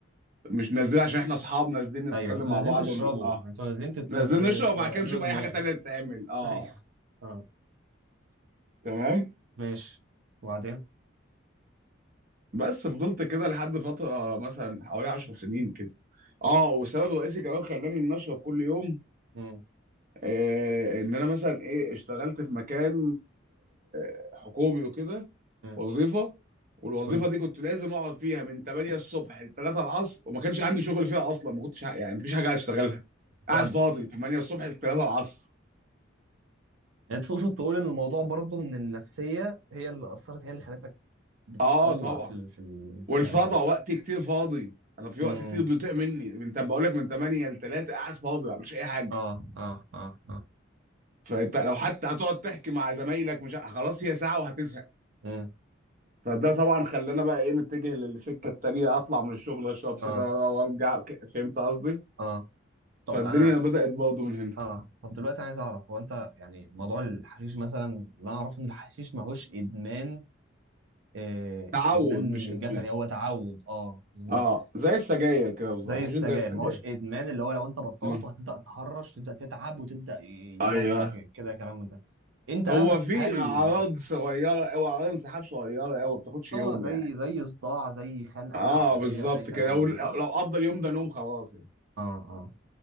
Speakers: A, on the right (about 40°); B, on the right (about 80°).
A: مش نازلين عشان احنا اصحاب نازلين نتكلم
B: ايوه انتوا
A: مع
B: نازلين
A: بعض
B: تشربوا
A: ون... اه
B: انتوا نازلين تت...
A: نازلين
B: ت...
A: نشرب وبعد
B: تعملوا
A: كده نشوف
B: دماغ
A: اي حاجه تانية تتعمل
B: <laughs>
A: اه
B: ايوه اه
A: تمام
B: ماشي وبعدين
A: بس فضلت كده لحد فترة آه، مثلا حوالي 10 سنين كده اه والسبب الرئيسي كمان خلاني ان اشرب كل يوم
B: امم
A: آه ان انا مثلا ايه اشتغلت في مكان آه حكومي وكده
B: امم
A: وظيفة والوظيفة
B: كنت
A: دي كنت لازم اقعد فيها من 8 الصبح ل 3 العصر وما كانش عندي شغل فيها اصلا ما كنتش ح- يعني مفيش حاجة اشتغلها قاعد
B: تقعد
A: فاضي 8 الصبح ل 3 العصر
B: يعني تقصد تقول ان الموضوع برضه ان النفسيه هي اللي اثرت هي اللي خلتك بتطلع
A: اه طبعا
B: في ال... في ال...
A: والفضا
B: يعني اه
A: وقت كتير فاضي انا في وقت
B: امم
A: كتير بيضيع مني من بقول لك من 8 ل 3 قاعد فاضي ما بعملش اي حاجة
B: اه اه اه اه
A: فانت لو حتى هتقعد تحكي مع زمايلك مش ه- خلاص هي ساعه وهتزهق
B: امم
A: فده طبعا خلانا بقى ايه نتجه للسكه التانيه اطلع من الشغل اشرب
B: اه
A: سيجاره وارجع ك- فهمت قصدي؟
B: اه طب
A: فالدنيا
B: انا
A: بدات برضه من هنا
B: اه طب دلوقتي عايز اعرف هو انت يعني موضوع الحشيش مثلا اللي انا اعرفه ان الحشيش ماهوش ادمان آه
A: تعود
B: ادمان
A: مش ادمان
B: جسدي هو تعود اه بالظبط
A: اه زي السجاير كده بالظبط
B: زي
A: عشان
B: السجاير
A: زي السجاير
B: ماهوش ادمان اللي هو لو انت بطلته
A: آه.
B: هتبدا تهرش تبدا تتعب وتبدا يجيلك
A: ايوه
B: كده كلام من ده انت
A: هو
B: بقى ما-
A: في
B: هل
A: اعراض صغيره او اعراض انسحاب صغيره قوي ما بتاخدش
B: اه
A: يوم
B: زي
A: يعني
B: زي صداع زي خنقه
A: اه
B: زي عصبيه
A: بالظبط
B: زي كلام
A: كده لو
B: من
A: لو
B: ده صح؟
A: قضى اليوم ده نوم خلاص يعني.
B: اه اه